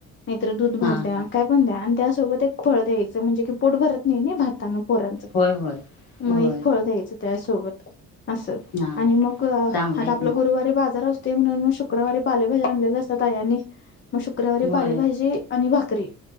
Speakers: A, on the left (about 25°); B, on the left (about 50°).
A: नाहीतर दूध भात
B: हा
A: द्या
B: हा
A: काय पण द्या आण त्यासोबत एक फळ द्यायचं म्हणजे की पोट भरत नाही नी भातानं पोरांचं
B: होय होय होय
A: मग एक फळ द्यायचं त्यासोबत असं
B: हा
A: आणि मग
B: चांगला
A: आता
B: आहे
A: आपलं
B: की
A: गुरुवारी बाजार अस ते म्हणून मग शुक्रवारी पालेभजा आणलेल्या असतात आयांनी मग शुक्रवारी पालेभाजी
B: होय
A: आणि भाक करी